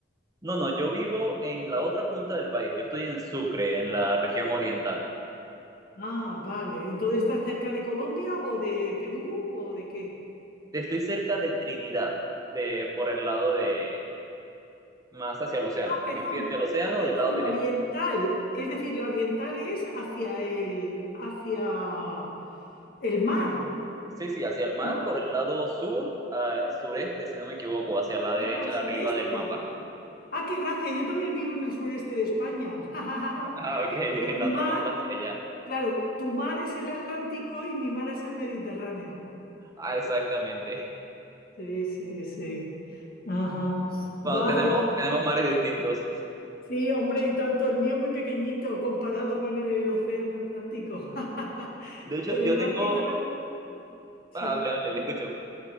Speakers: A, on the right (about 20°); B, on the left (about 55°).
A: No, no, yo vivo en la otra punta del país. Yo estoy en Sucre, en la región oriental.
B: Ah, vale. Entonces, ¿está cerca de Colombia o de Perú o de qué?
A: Estoy cerca de Trinidad, de por el lado de más hacia el océano.
B: Ah,
A: Pues
B: perdón,
A: yo estoy hacia el océano
B: perdón,
A: del lado derecho.
B: la oriental. Es decir, la oriental es hacia el, hacia el mar,
A: Sí, sí, hacia el mar,
B: ¿no?
A: por el lado sur, ah, sureste, si no me equivoco, hacia la
B: Ah,
A: derecha arriba
B: sureste.
A: del mapa.
B: Ah, qué gracia. Yo también vivo en el sureste de España. <laughs>
A: Ah, ok, <laughs> en
B: Pero mi
A: la otra
B: mar,
A: punta hacia allá.
B: claro, tu mar es el Atlántico y mi mar es el Mediterráneo.
A: Ah, exactamente.
B: Sí, sí, sí. Ajá.
A: Wow,
B: Vale,
A: tenemos,
B: vale.
A: tenemos mares distintos.
B: Sí, hombre, y tanto el mío muy pequeñito comparado con el océano Atlántico. <laughs>
A: De hecho,
B: Pero
A: yo
B: el mar
A: tengo.
B: Mediterráneo, sí.
A: Ah, hable, hable,
B: sí,
A: le escucho.
B: sí.